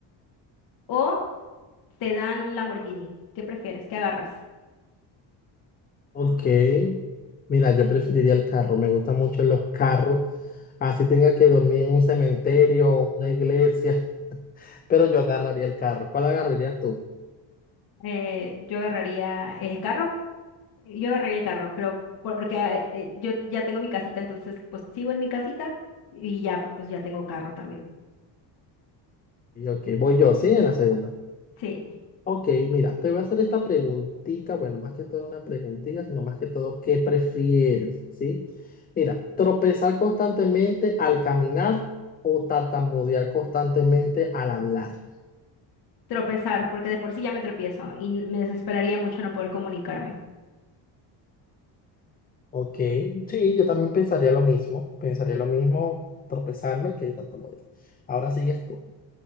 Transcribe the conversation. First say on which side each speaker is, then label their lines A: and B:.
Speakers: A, on the left (about 55°); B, on the left (about 20°).
A: o te dan un Lamborghini, ¿qué prefieres? ¿Qué agarras?
B: Ok, mira, yo preferiría el carro, me gustan mucho los carros, así tenga que dormir en un cementerio o una iglesia, <laughs> pero yo agarraría el carro. ¿Cuál agarrarías tú?
A: Eh, yo agarraría el carro. eh, Yo agarraría el carro, pero porque eh, eh, yo ya tengo mi casita, entonces pues sigo en mi casita y ya pues ya tengo carro también.
B: Y ok, voy yo, sí, en la segunda.
A: Sí.
B: Ok, mira, te voy a hacer esta preguntita, bueno, más que todo una preguntita, sino más que todo, ¿qué prefieres? ¿Sí? Mira, tropezar constantemente al caminar o tartamudear constantemente al hablar.
A: Tropezar, porque de por sí ya me tropiezo y n- me desesperaría mucho no poder comunicarme.
B: Ok, sí, yo también pensaría lo mismo, pensaría lo mismo tropezarme que tartamudear. Ahora sigues tú.